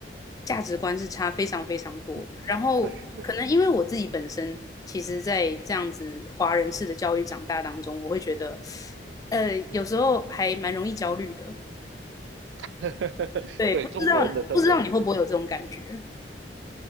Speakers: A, on the left; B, on the right.
A: 价值观是差非常非常多的。
B: 很不懂，
A: 然后可能因为我自己本身，
B: 对，没，
A: 其实在这样子华人式的教育长大当中，我会觉得，呃，有时候还蛮容易焦虑的。
B: <laughs>
A: 对，
B: 对，
A: 不知道不知道你会不会有这种感觉？
B: 中国人的特色